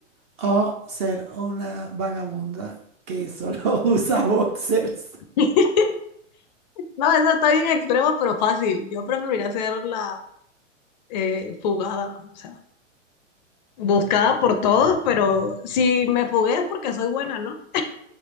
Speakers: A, on the right; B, on the left.
A: ¿O ser una vagabunda que solo <laughs> usa boxers?
B: <laughs> No, esa está bien extrema, pero fácil. Yo preferiría hacer la eh, fugada, o sea. Buscada por todos, pero si me fugué es porque soy buena, ¿no?